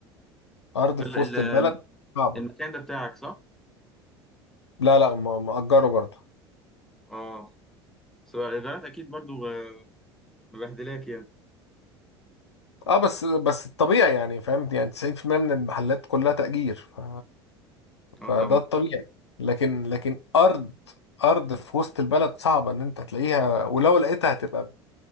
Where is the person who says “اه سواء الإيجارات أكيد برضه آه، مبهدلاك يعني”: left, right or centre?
Centre